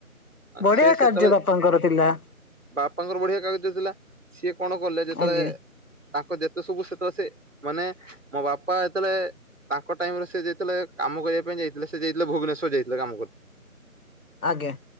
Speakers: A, on the left; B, on the right.
A: ବଢିଆ
B: ସେ ସେତେବେଳେ
A: କାର୍ଯ୍ୟ ବାପାଙ୍କର ଥିଲା।
B: ବାପାଙ୍କର ବଢିଆ କାଗଜ ଥିଲା, ସିଏ କଣ କଲେ ଯେତେବେଳେ
A: ଆଜ୍ଞା
B: ତାଙ୍କ ଯେତେ ସବୁ ସେତେବେଳେ ସେ ମାନେ ମୋ ବାପା ଯେତେବେଳେ ତାଙ୍କ ଟାଇମରେ ସେ ଯାଇଥିଲେ କାମ କରିବା ପାଇଁ ଯାଇଥିଲେ ସେ ଯାଇଥିଲେ ଭୁବନେଶ୍ୱର ଯାଇଥିଲେ କାମ କ
A: ଆଜ୍ଞା।